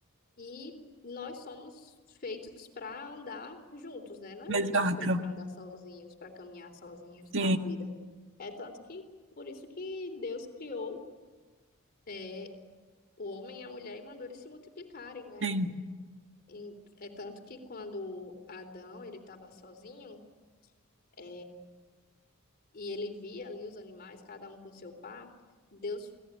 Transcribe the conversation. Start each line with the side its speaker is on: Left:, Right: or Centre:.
Left: E nós somos feitos para andar juntos, né? Nós não
Right: exato.
Left: fomos feitos para andar sozinhos, para caminhar sozinhos
Right: Sim,
Left: na vida. É tanto que por isso que Deus criou é, o homem e a mulher e mandou eles se multiplicarem, né?
Right: sim,
Left: E é tanto que quando Adão ele estava sozinho, é, e ele via ali os animais, cada um com seu par, Deus,